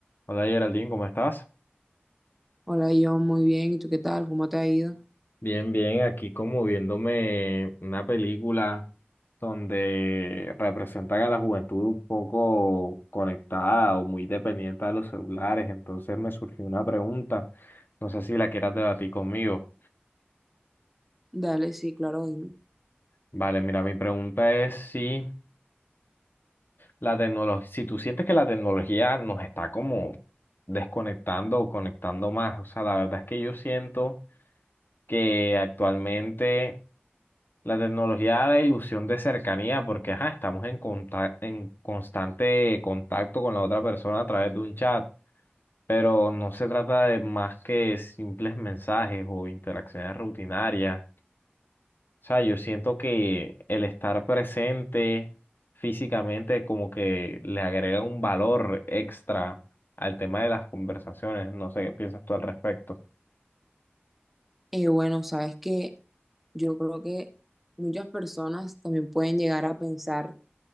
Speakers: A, on the left; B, in the centre.
A: Hola Geraldine, ¿cómo estás?
B: Hola, yo muy bien. ¿Y tú qué tal? ¿Cómo te ha ido?
A: Bien, bien, aquí como viéndome una película. Donde representan a la juventud un poco conectada o muy dependiente a los celulares. Entonces me surgió una pregunta, no sé si la quieras debatir conmigo.
B: Dale, sí, claro, dime.
A: Vale, mira, mi pregunta es si la tecnología, si tú sientes que la tecnología nos está como desconectando o conectando más. O sea, la verdad es que yo siento que actualmente La tecnología da la ilusión de cercanía porque ajá, estamos en, conta- en constante contacto con la otra persona a través de un chat, pero no se trata de más que simples mensajes o interacciones rutinarias. O sea, yo siento que el estar presente físicamente como que le agrega un valor extra al tema de las conversaciones. No sé qué piensas tú al respecto.
B: Eh, bueno, sabes que yo creo que muchas personas también pueden llegar a pensar